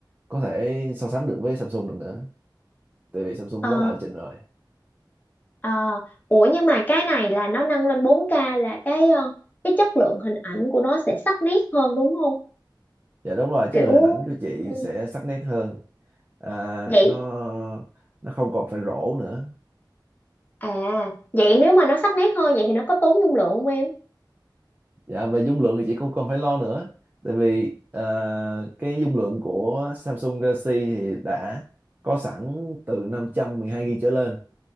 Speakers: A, on the right; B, on the left.
A: có thể so sánh được với Samsung được nữa tại vì Samsung
B: ờ
A: quá là lập trình rồi
B: ờ. ủa nhưng mà cái này là nó nâng lên bốn k là cái ờ, cái chất lượng hình ảnh của nó sẽ sắc nét hơn đúng không
A: dạ đúng rồi chất
B: kiểu
A: lượng hình ảnh của chị
B: ừ.
A: sẽ sắc nét hơn à,
B: vậy
A: nó nó không còn phải rổ nữa
B: à vậy nếu mà nó sắc nét hơn vậy thì nó có tốn dung lượng không em
A: dạ về dung lượng thì chị cũng không phải lo nữa tại vì ờ, cái dung lượng của Samsung Galaxy thì đã có sẵn từ 512 GB trở lên